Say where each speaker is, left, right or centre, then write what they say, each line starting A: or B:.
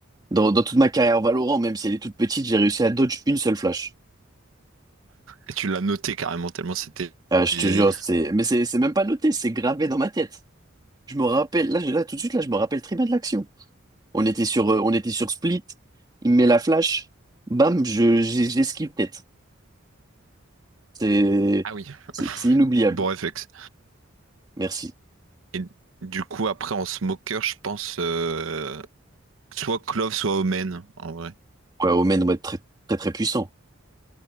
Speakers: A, on the right (about 20°); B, on the right (about 80°).
A: dans, dans toute ma carrière Valorant, même si elle est toute petite, j'ai réussi à dodge une seule flash.
B: Et tu l'as noté carrément, tellement c'était.
A: Ah, je
B: et-
A: te jure, c'est, mais c'est c'est même pas noté, c'est gravé dans ma tête. Je me rappelle, là, j'ai- là, tout de suite, là, je me rappelle très bien de l'action. On était sur, euh, on était sur Split, il me met la flash, bam, je, j'ai- j'esquive tête. C'est,
B: Ah oui,
A: c'est c'est inoubliable.
B: bon réflexe.
A: Merci.
B: Et du coup, après, en smoker, je pense. euh, Soit Clove, soit Omen, en vrai.
A: Ouais, Omen doit être très, très, très puissant.